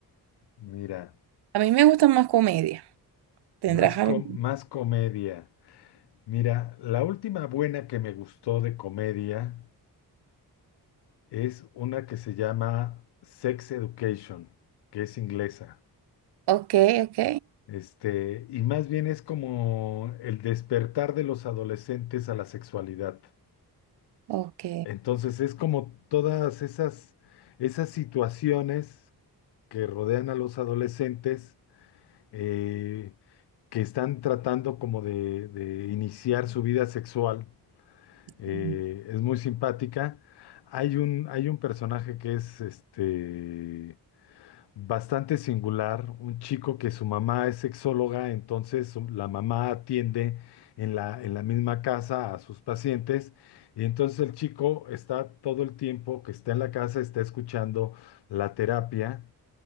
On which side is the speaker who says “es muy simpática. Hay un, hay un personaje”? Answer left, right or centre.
Left